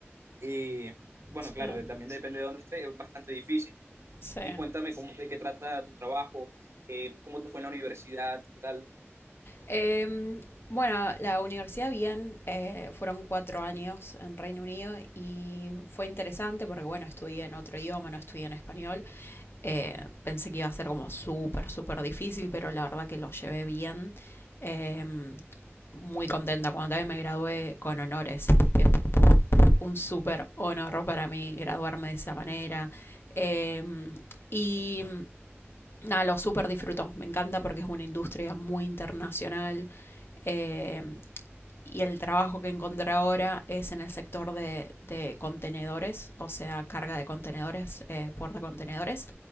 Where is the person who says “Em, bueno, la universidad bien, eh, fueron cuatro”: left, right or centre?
Left